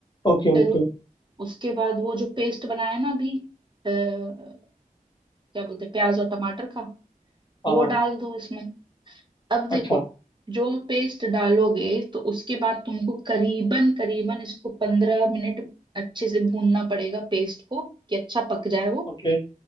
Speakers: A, on the left; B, on the right.
A: Okay
B: फिर
A: okay
B: उसके बाद वो जो पेस्ट बनाया ना अभी अ, क्या बोलते हैं, प्याज और टमाटर का
A: हाँ
B: वो
A: हाँ
B: डाल दो इसमें अब देखो
A: अच्छा
B: जो पेस्ट डालोगे तो उसके बाद तुमको करीबन करीबन इसको पंद्रह मिनट अच्छे से भूनना पड़ेगा पेस्ट को कि अच्छा पक जाए वो
A: Okay